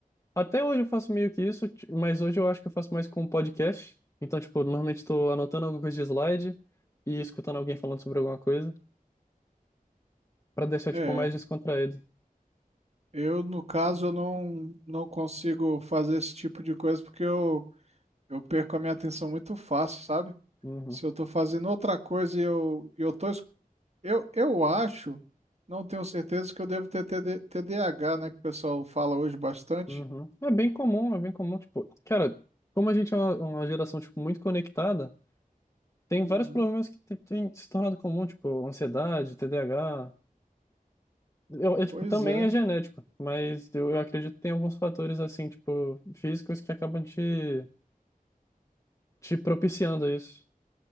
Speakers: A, on the left; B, on the right.
A: até hoje eu faço meio que isso, ti- mas hoje eu acho que eu faço mais com podcast. Então, tipo, normalmente estou anotando alguma coisa de slide e escutando alguém falando sobre alguma coisa para deixar,
B: É,
A: tipo, mais descontraído.
B: eu no caso eu não, não consigo fazer esse tipo de coisa porque eu, eu perco a minha atenção muito fácil, sabe?
A: Uhum,
B: Se eu tô fazendo outra coisa e eu, e eu tô. es- Eu, eu acho, não tenho certeza que eu devo ter TD TDAH, né? Que o pessoal fala hoje bastante.
A: uhum. É bem comum, é bem comum, tipo, cara, como a gente é uma, uma geração, tipo, muito conectada, tem
B: Uhum.
A: vários problemas que te- têm se tornado comum, tipo, ansiedade, TDAH. Eu, é, tipo,
B: Pois
A: também
B: é.
A: é genético, mas eu, eu acredito que tem alguns fatores, assim, tipo, físicos que acabam te, te propiciando a isso.